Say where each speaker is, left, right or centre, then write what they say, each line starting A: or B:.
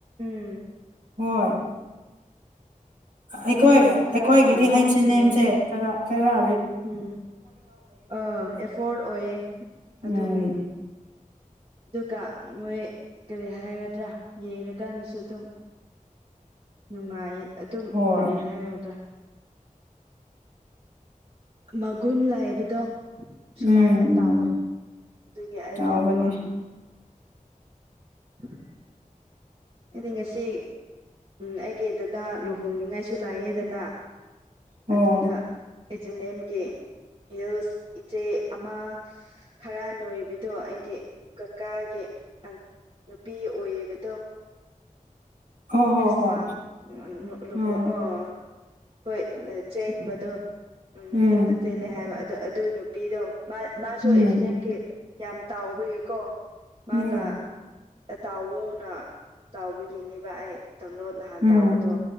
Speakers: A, on the right; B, on the right.
A: ꯎꯝ
B: ꯍꯣꯏ ꯑꯩꯈꯣꯏ
A: ꯃꯣꯏꯗꯤ
B: ꯑꯩꯈꯣꯏꯒꯤꯗꯤ
A: ꯈꯔ ꯄꯥꯝ
B: ꯍꯩꯁꯁꯤꯅꯦꯝ
A: ꯑꯦꯆ ꯑꯦꯟ ꯑꯦꯝꯗꯤ
B: ꯁꯦ ꯀꯔꯥꯀꯥꯔ
A: ꯎꯝ ꯑꯥ ꯑꯦꯐꯣꯔꯠ ꯑꯣꯏꯌꯦ
B: ꯎꯝ
A: ꯑꯗꯨꯒꯤꯅꯦ ꯑꯗꯨꯒ ꯃꯣꯏ ꯀꯔꯤ ꯍꯥꯏꯒꯗ꯭ꯔꯥ ꯌꯦꯡꯉꯀꯥꯟꯗꯁꯨ ꯑꯗꯨꯝ
B: <inaudible>
A: ꯅꯨꯡꯉꯥꯏꯌꯦ ꯑꯗꯨꯝ
B: ꯍꯣꯏ
A: ꯀꯔꯤ ꯍꯥꯏꯒꯗ꯭ꯔꯥ ꯃꯒꯨꯟ ꯂꯥꯏꯕꯗꯣ
B: ꯎꯝ
A: ꯁꯨꯃꯥꯏꯅ
B: ꯎꯝ
A: ꯇꯥꯎꯋꯦ ꯑꯗꯨꯒꯤ ꯑꯩ
B: ꯇꯧꯕꯅꯦ
A: ꯌꯥꯝ ꯄꯥꯝꯃꯦ <inaudible> ꯑꯩꯗꯤ ꯉꯁꯤ ꯑꯩꯒꯤ ꯗꯥꯗꯥ ꯂꯨꯍꯣꯡꯅꯤꯡꯉꯥꯏꯁꯨ ꯂꯥꯛꯑꯦꯗꯅ
B: ꯑꯣ
A: ꯑꯗꯨꯗ ꯑꯦꯖ ꯑꯦꯟ ꯑꯦꯝꯒꯤ ꯍꯤꯜꯁ ꯏꯆꯦ ꯑꯃ ꯈꯔ ꯅꯣꯏꯕꯤꯗꯣ ꯑꯩꯒꯤ ꯀꯀꯥꯒꯤ ꯅꯨꯄꯤ ꯑꯣꯏꯌꯦꯕꯗꯣ
B: ꯍꯣꯏ ꯍꯣꯏ
A: ꯈ꯭ꯔꯤꯁꯃꯥꯁ
B: ꯍꯣꯏ
A: ꯂꯨꯍꯣꯡ
B: ꯎꯝ
A: ꯑꯥ ꯍꯣꯏ ꯆꯦꯟꯕꯗꯣ
B: ꯈꯪꯉꯦ
A: ꯎꯝ ꯅꯝꯐꯨꯗ ꯆꯦꯜꯂꯦ ꯍꯥꯏꯕ ꯑꯗꯨ ꯑꯗꯨ ꯅꯨꯄꯤꯗꯣ ꯃꯥ ꯃꯥꯁꯨ
B: ꯎꯝ
A: ꯑꯩꯖ ꯑꯦ ꯑꯦꯝ ꯀꯤ ꯌꯥꯝ ꯇꯥꯎꯕꯒꯤꯀꯣ ꯃꯥꯅ
B: ꯎꯝ
A: ꯑꯥꯇꯥꯎꯋꫭꯅ ꯇꯥꯎꯕꯒꯤꯅꯦꯕ ꯑꯩ ꯇꯂꯣꯟ ꯅꯍꯥꯟ
B: ꯎꯝ
A: ꯇꯥꯎꯕꯗꯣ